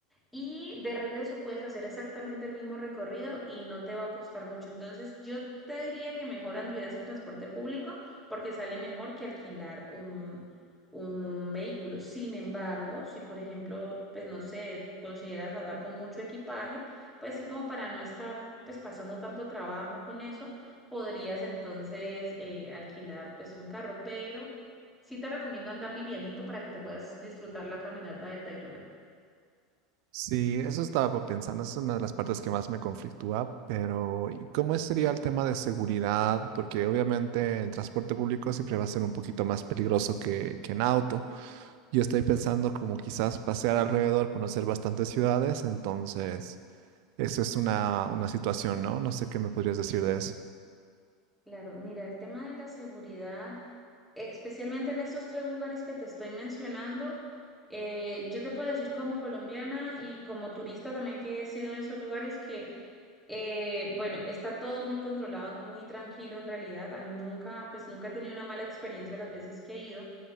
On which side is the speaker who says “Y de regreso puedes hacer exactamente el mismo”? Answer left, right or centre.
Centre